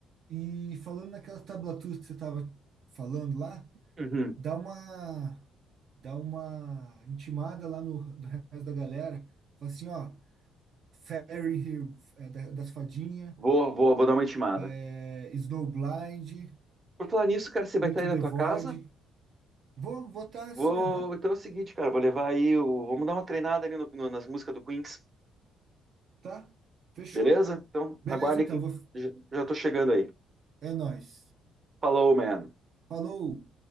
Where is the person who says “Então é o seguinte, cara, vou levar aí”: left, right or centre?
Right